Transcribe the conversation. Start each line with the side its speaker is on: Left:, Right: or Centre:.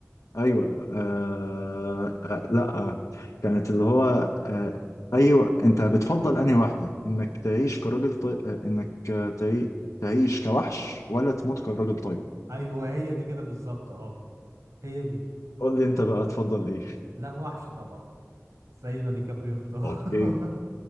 Left: ايوه آه آه لا كانت اللي هو آه ايوه انت بتفضل انهي واحدة انك تعيش كراجل طيب آه، انك تعي... تعيش كوحش ولا تموت كراجل طيب
Right: ايوه هي دي كده بالظبط اه هي دي
Left: قول لي انت بقى تفضل ايه
Right: لا وحش طبعا زي ما ديكابريو اختار
Left: اوكي
Right: <laughs>